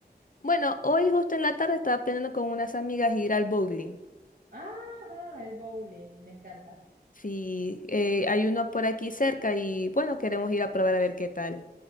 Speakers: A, on the left (about 55°); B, on the right (about 60°).
A: Bueno, hoy justo en la tarde estaba planeando con unas amigas ir al bowling.
B: Ajá, el bowling, me encanta.
A: Sí, eh, hay uno por aquí cerca y bueno, queremos ir a probar a ver qué tal.